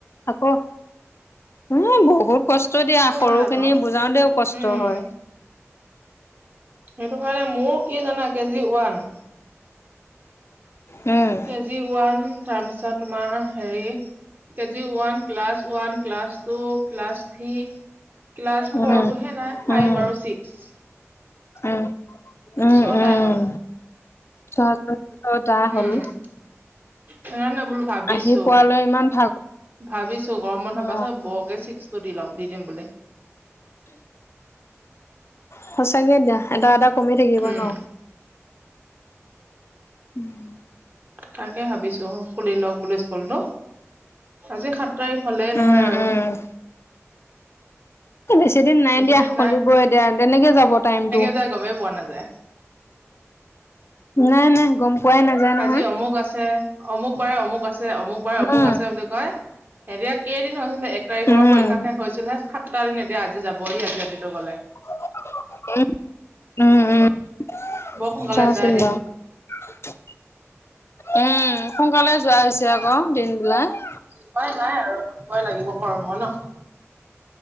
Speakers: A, on the left (about 55°); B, on the right (about 40°).
A: আকৌ, হু বহুত কষ্ট দিয়া, সৰুখিনি
B: হয় আকৌ
A: বুজাওতেও কষ্ট
B: উম
A: হয়।
B: সেইটো কাৰণে, মোৰ কি জানা কে জি ওৱান
A: উম।
B: কেজি ওৱান, তাৰপিছত তোমাৰ হেৰি KG one, class one. Class two, class three, class
A: উম
B: ফ'ৰটোহে নাই,
A: উম
B: ফাইভ আৰু ছিক্স।
A: উম। উম
B: ছটাই
A: উম
B: হ'ল।
A: ছটা
B: উম
A: হ'ল।
B: সেইকাৰণে বোলো ভাবিছো
A: আহি পোৱালৈ ইমান ভাগ
B: ভাবিছো গৰম বন্ধৰ
A: অ
B: পাছত বৌকে ছিক্সটো দি লম দি দিম বুলি।
A: সঁচাকে দিয়া, এটা এটা কমি থাকিব
B: উম
A: ন। উম।
B: তাকে ভাবিছো খুলি লওক বুলি স্কুল টো, আজি সাত তাৰিখ হলেই
A: উম
B: নহয় আৰু।
A: উম। বেছি দিন নাই
B: বেছি
A: দিয়া,
B: দিন
A: খুলিবই এতিয়া, তেনেকে যাব টাইমটো।
B: যাই গমেই পোৱা নাযায়।
A: নাই নাই গম পোৱাই নাযায় নহয়
B: আজি অমুক আছে অমুক বাৰে অমুক আছে অমুক বাৰে অমুক
A: উম
B: আছে বুলি কয়, এতিয়া কেইদিন হৈছিলে, এক তাৰিখৰ
A: উম
B: পৰা পৰীক্ষা শেষ হৈছিলেহে, সাত টা দিন এতিয়া আজি যাবহি আজি ৰাতিটো গ'লে।
A: <unintelligible>
B: বৰ সোনকালে যায় দিন
A: <inaudible> উম, সোনকালে যোৱা হৈছে আকৌ দিন বিলাক।
B: উপাই নাই আৰু কৰিবই লাগিব কৰ্ম ন।